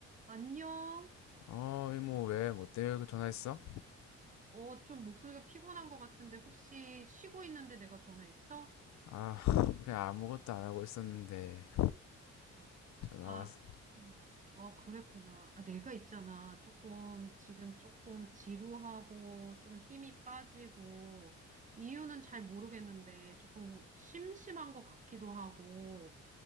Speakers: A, on the right; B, on the left.
A: 안녕?
B: 어, 이모, 왜, 뭐 때문에 그 전화했어?
A: 어, 좀 목소리가 피곤한 것 같은데 혹시 쉬고 있는데 내가 전화했어?
B: 아, <laughs> 그냥 아무것도 안 하고 있었는데,
A: 응.
B: 전화
A: 아,
B: 왔어.
A: 그, 어, 그랬구나. 아, 내가 있잖아. 조금, 지금 조금 지루하고 좀 힘이 빠지고 이유는 잘 모르겠는데 조금 심심한 것 같기도 하고